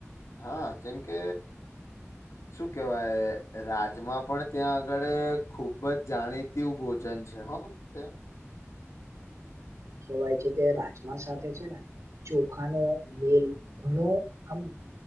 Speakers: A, on the left; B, on the right.
A: હા કેમ કે શું કેવાય રાજમા પણ ત્યાં આગળ ખુબ જ જાણીતુ ભોજન છે છે હ તે <inaudible>
B: કેવાય છે કે રાજમા સાથે છે ને ચોખાનો મેલ ઘણો આમ